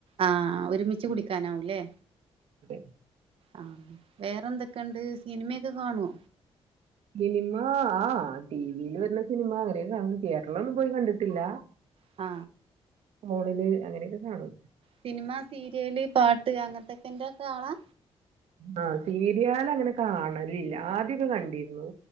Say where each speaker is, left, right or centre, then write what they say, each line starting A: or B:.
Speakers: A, on the right; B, on the right.
A: ആ ഒരുമിച്ച് കുടിക്കാനാവൂലേ
B: ഉ
A: ആ വേറെന്തെക്കെ ണ്ട് സിനിമെക്കെ കാണോ
B: സിനിമ ആ ടിവില് വര്ന്ന സിനിമ അങ്ങനെക്കെ കാണും തിയേറ്ററിലൊന്നും പോയി കണ്ടിട്ടില്ല
A: ആ
B: ഫോണില് അങ്ങനെ ക്കെക്കാണും
A: സിനിമ, സീര്യേല്, പാട്ട് അങ്ങൻത്തക്കൻ്റൊക്കാളാ
B: ആ സീര്യാലങ്ങനെ കാണലില്ല ആദ്യൊക്കെ കണ്ടിര്ന്നു